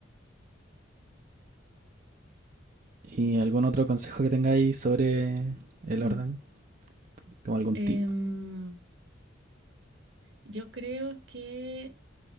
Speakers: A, on the right (about 45°); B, on the right (about 65°).
A: ¿Y algún otro consejo que tengáis sobre el
B: Mm.
A: orden? ¿Como algún
B: Em,
A: tip?
B: yo creo que...